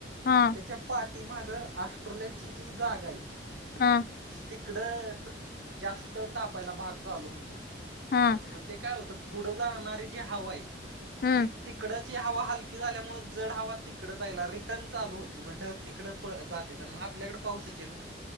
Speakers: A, on the left; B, on the right.
A: हा
B: त्याच्या पाठीमागं ऑस्ट्रोलिया ची जी जागा आहे
A: हा.
B: तिकडं त जास्त तापायला भाग चालू होतो.
A: हा
B: मग ते काय होतं पुढं जाणारी जी हवा आहे
A: हम्म
B: ती तिकडची हवा हलकी झाल्यामुळं जड हवा तिकडं जायला रिटर्न चालू होते मग ढग तिकडं जातेत आणि मग आपल्याकडं पाऊसचं येत नाही